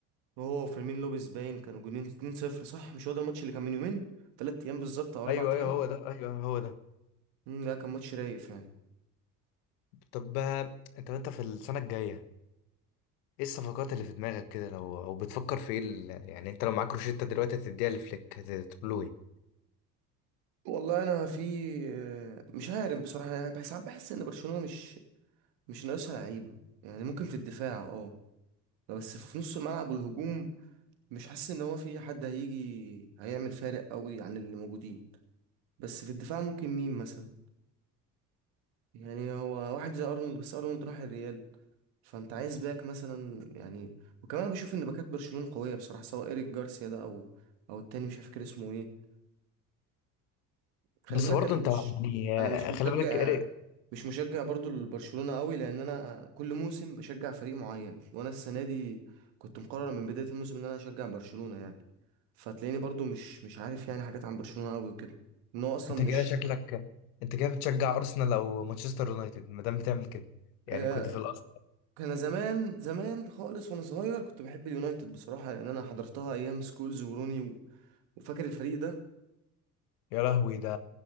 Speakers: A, on the right; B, on the left.
A: وهو وفيرمين لوبيز باين كانوا جونين 2-0 صح مش هو ده الماتش اللي كان من يومين ثلاث ايام بالظبط او اربع
B: ايوه ايوه
A: ايام
B: هو ده ايوه هو ده
A: امم لا كان ماتش رايق فعلا
B: طب آه، انت انت في السنة الجاية ايه الصفقات اللي في دماغك كده لو او بتفكر في ايه ال... يعني انت لو معاك روشيتا دلوقتي هتديها لفليك هتقول له ايه
A: والله انا في آه، مش عارف بصراحة يعني بحس ساعات بحس ان برشلونة مش مش ناقصها لعيبة يعني ممكن في الدفاع اه بس في نص الملعب والهجوم مش حاسس ان هو في حد هيجي هيعمل فارق قوي عن اللي موجودين بس في الدفاع ممكن مين مثلا يعني هو واحد زي ارنولد بس ارنولد راح الريال فانت عايز باك مثلا يعني وكمان أنا بشوف ان باكات برشلونة قوية بصراحة سواء ايريك جارسيا ده او او التاني مش فاكر اسمه ايه خلي
B: بس
A: بالك
B: برضه
A: انا مش
B: انت يعني
A: انا
B: آه،
A: مش مشجع
B: خلي بالك إيريك
A: مش مشجع برضو لبرشلونة قوي لان انا كل موسم بشجع فريق معين وانا السنة دي كنت مقرر من بداية الموسم ان انا هشجع برشلونة يعني فتلاقيني برضو مش مش عارف يعني حاجات عن برشلونة قوي وكده ان هو اصلا
B: انت
A: مش
B: كده شكلك انت كده بتشجع ارسنال او مانشستر يونايتد ما دام بتعمل كده يعني
A: آه،
B: كنت في الاصل
A: انا زمان زمان خالص وانا صغير كنت بحب اليونايتد بصراحة لان انا حضرتها ايام سكولز وروني و- وفاكر الفريق ده
B: يا لهوي ده